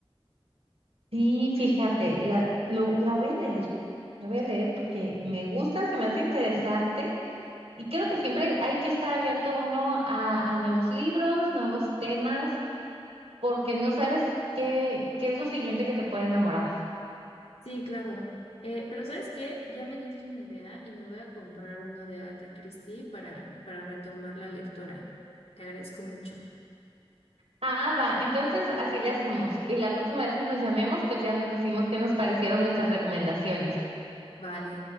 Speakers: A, on the right; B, on the left.
A: Sí, fíjate, la, lo- la voy a leer, la voy a leer porque me gusta, se me hace interesante y creo que siempre hay que estar abierto uno a, a nuevos libros, nuevos temas,
B: Mm.
A: porque no sabes qué, qué es lo siguiente que te puede enamorar.
B: Sí, claro. Eh, pero ¿sabes qué? Ya me diste una idea y me voy a comprar uno de Agatha Christie para, para retomar la lectura. Te agradezco mucho.
A: Ah, va, entonces así le hacemos y la próxima vez que nos llamemos, pues ya nos decimos qué nos parecieron nuestras recomendaciones.
B: Vale.